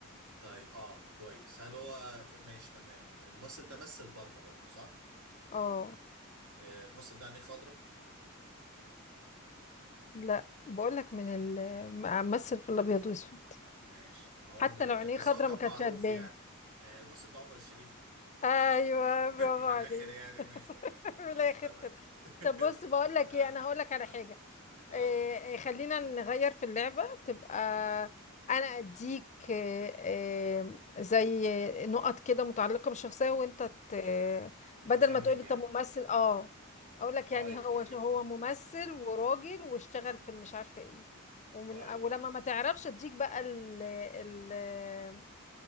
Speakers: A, on the right; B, on the left.
A: طيب اه كويس هل هو في... ماشي تمام الممثل ده مثل بره برضو صح
B: اه
A: آه الممثل ده عينيه خضرا
B: لا بقولك من ال ممثل في الابيض واسود
A: ماشي ما هو
B: حتى
A: م-
B: لو
A: كان
B: عينيه
A: بس
B: خضرا
A: هو كان
B: ما كانتش
A: معروف
B: هتبان
A: يعني آه الممثل ده عمر الشريف
B: ايوه
A: <laughs>
B: برافو
A: من الاخر
B: عليك
A: يعني ماشي تمام
B: <laughs> من الاخر
A: تمام
B: كده طب
A: <laughs>
B: بص بقول لك
A: اه
B: ايه انا هقول لك على
A: اه
B: حاجه
A: اه
B: إيه إيه، خلينا نغير في اللعبه تبقى
A: تمام
B: انا اديك إيه، إيه، زي نقط كده متعلقه بالشخصيه وانت ت- بدل
A: اخمن
B: ما تقولي
A: يعني
B: طب ممثل اه اقول لك
A: طيب
B: يعني هو
A: تمام
B: هو ممثل وراجل واشتغل في مش عارفه ايه ومن
A: طيب
B: ولما ما تعرفش اديك بقى ال ال...